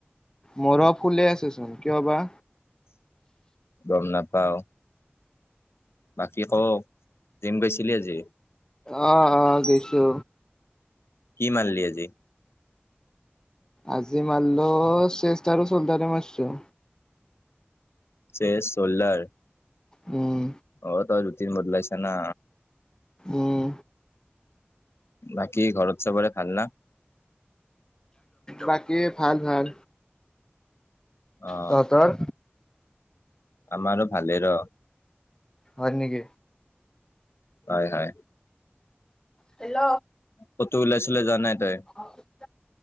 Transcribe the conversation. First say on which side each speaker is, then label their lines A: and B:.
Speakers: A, on the left; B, on the left.
A: মৰ ফুলে আছে চোন কিয় বা
B: গম ন পও বাকী ক জিম গৈছিলি আজি
A: অ অ গৈছো
B: কি মানলি আজি
A: আজি মাৰিলো চেষ্টাৰো চলটাৰে মাৰছো
B: চে চলাৰ
A: উম
B: অ তজোতিন বদলাইছ না
A: উম
B: বাকী ঘৰত চবৰে ভাল ন
A: বাকী ভাল ভাল
B: অ
A: তহঁতৰ
B: আমাৰো ভালেৰ
A: হয় নকি
B: হয় হয়
A: হ্ল
B: কতো ওলাইছিলে য নাই তই
A: <unintelligible>